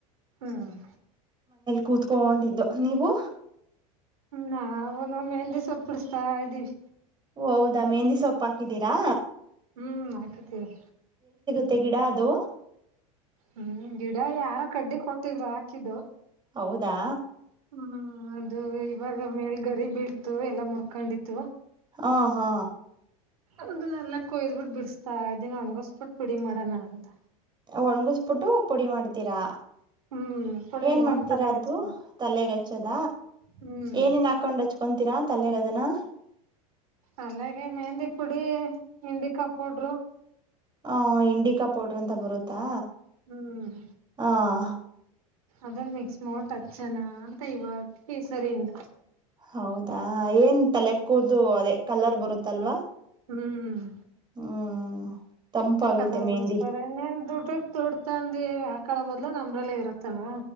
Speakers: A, on the right; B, on the right.
A: ಹ್ಮ.
B: ಕೂತ್ಕೊಂಡೊಂಡಿದ್ದು ನೀವು.
A: ನಾವುನು ಮೆಹಂದಿ ಸೊಪ್ಪ ಹಚಾತ ಇದ್ದೀವಿ.
B: ಓ ಹೌದಾ ಮೆಹಂದಿ ಸೊಪ್ಪು ಹಾಕಿದ್ದೀರಾ.
A: ಹ್ಮ್ ಹಾಕಿದೀವಿ.
B: ಮತ್ತೆ ಗಿಡ ಅದು.
A: ಹ್ಮ್ ಗಿಡ ಯಾರ ಕಡ್ಡಿ ಕೊಟ್ಟಿದ್ರು ಹಾಕಿದ್ದು.
B: ಹೌದಾ.
A: ಹ್ಮ ಅದು ಇವಾಗ ಮೇಲ್ ಗರಿ ಬೀಳ್ತು ಎಲ್ಲಾ ಮುರ್ಕೊಂಡಿತ್ತು
B: ಹಾ ಹಾ
A: ಅನ್ನ ಎಲ್ಲ ಕೊಯ್ದ್ಬಿಟ್ಟು ಬಿಡಿಸಸ್ತಾ ಇದಿನ ಒಣಗಸ್ಬಿಟ್ಟು ಪ ಬಿಡಿ ಮಾಡೋಣ ಅಂತ
B: ಕಣ್ಗಸ್ಬಿಟ್ಟು ಪುಡಿ ಮಾಡ್ತೀರಾ
A: ಹ್ಮ್ ಪುಡಿ
B: ಏನ್
A: ಮಾಡ್
B: ಮಾಡ್ತೀರಾ
A: ತಲೆಗೆ
B: ಅದದು
A: ಹಚ್ಕೋಬೇಕು
B: ತಲೆಗ್ ಹಚ್ಚದ
A: ಹ್ಮ್
B: ಏನನ್ ಹಾಕೊಂಡ್ ಹಚ್ಕೊತೀರಾ ತಲೆಡದನಾ
A: ಅಲ್ಲಗೆ ಮೆಹಂದಿ ಪುಡಿ ಹಂಡಿಕಾಯ ಪೌಡ್ರು
B: ಹ ಇಂಡಿಕಾ ಪೌಡ್ರ ಅಂತ ಬರುತ್ತಾ
A: ಹ್ಮ್
B: ಹ
A: ಅದನ್ ಮಿಕ್ಸ್ ಮೋಟ್ ಹತ್ ಚನಾ ಅಂತ ಇವಾಗ ಕೇಸರಿ ಇಿಂದ
B: ಹೌದಾ ಏನ್ ತಲೆಕ್ಕೂದು ಅದೇ ಕಲರ್ ಬರುತ್ತಲ್ವಾ
A: ಹ್ಮ್
B: ಹ್ಮ್ ತಂಪಾಗುತ್ತೆ
A: ಕಲರ್ಗೋಸ್ಕರ
B: ಮೆಹಂದಿ
A: ಇನ್ನೇನ್ ದುಡ್ಡ ದುಡ್ತಂದಿ ಆಕಳ ಬದ್ಲ ನಮ್ರಲ್ಲೇ ಇರುತ್ತಲ್ವಾ